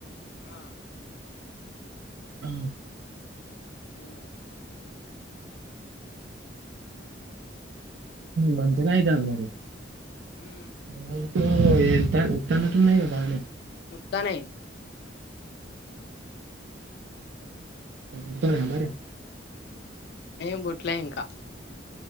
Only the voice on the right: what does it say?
ఆ
మంచిగనే అయితాంది మరి
ఆ ఎ న బా అనే <unintelligible>
వ త బార <inaudible>